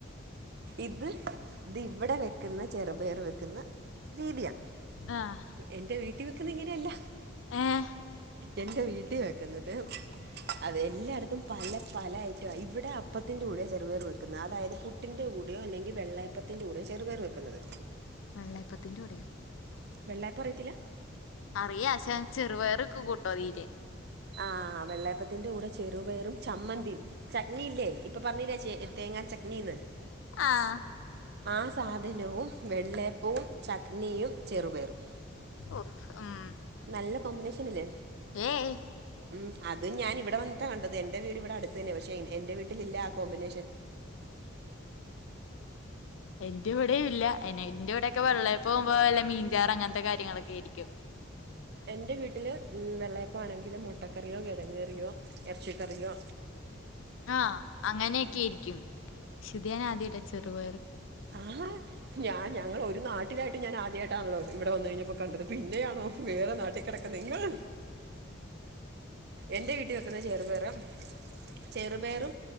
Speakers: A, on the right (about 55°); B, on the left (about 80°).
A: ഇത് ഇത് ഇവിടെ വെക്കുന്ന ചെറുപയർ വെക്ക്ന്ന രീതിയാ
B: ആഹ്.
A: എന്റെ വീട്ടി വെക്കുന്നേ ഇങ്ങനെയല്ല.
B: ഏഹ്.
A: എന്റെ വീട്ടി വെക്കുന്നത് അത് എല്ലായിടത്തും പല പല ഐറ്റവാ ഇവടെ പ്പത്തിൻ്റെ കൂടെയാ ചെറുപയറ് വെക്കുന്നത്. അതായത് പുട്ടിൻ്റെ കൂടെയോ അല്ലെങ്കിൽ വെള്ളയപ്പത്തിൻ്റെ കൂടെയോ ചെറ്പയറ് വെക്കുന്നത്.
B: വെള്ളയപ്പത്തിന്റൂട്യാേ?
A: വെള്ളയപ്പ അറിയത്തില്ല?
B: അറിയാ ഷെ ചെറുപയറൊക്കെ കൂട്ടോ അതീല്
A: ആഹ് വെള്ളയപ്പത്തിൻ്റെ കൂടെ ചെറുപേറും ചമ്മന്തിം. ചട്നിയില്ലേ ഇപ്പൊ പറഞ്ഞീലേ ചേ തേങ്ങാ ചട്നീന്ന്.
B: ആഹ്.
A: ആ സാധനവും വെള്ളയപ്പവും ചട്നിയും ചെറുപയറും.
B: ഉഫ് ഉം
A: നല്ല കോമ്പിനേഷനല്ലേ.
B: ഏയ്.
A: ഉം അതും ഞാൻ ഇവിടെ വന്ന്ട്ടാ കണ്ടത് എന്റെ വീട് ഇവിടെ അടുത്തു തന്ന്യാ പക്ഷെ എന്റെ വീട്ടിലില്ല ആ കോമ്പിനേഷൻ.
B: എന്റെവിടെയുല്ല എന്നെ ന്റെ യൂടെ ക്കെ വെള്ളയപ്പാകുമ്പോ വല്ല മീൻചാറാ അങ്ങൻത്ത കാര്യങ്ങളൊക്കേയിരിക്കും.
A: എന്റെ വീട്ടില് വെള്ളയപ്പാണെങ്കില് മുട്ടക്ക കറിയോ കെഴങ്ങ് കറിയോ എറച്ചിക്കറിയോ
B: ആഹ് അങ്ങനോക്കേയിരിക്കും. ക്ഷേ ഇത് ഞാനാദ്യായിട്ടാ ചെറുപയറ്
A: ആഹാ ഞാ ഞങ്ങളൊരു നാട്ടിലായിട്ടും ഞാൻ ആദ്യവായി ട്ടാണല്ലോ ഇവിടെ വന്നഴിഞ്ഞപ്പോ കണ്ടത് പിന്നെയാണോ വേറെ നാട്ടിൽ കെടക്ക്ന്ന നിങ്ങൾ എന്റെ വീട്ടീ വെ ക്ക്ന്ന ചെറുപയറ്. ചെറുപയറും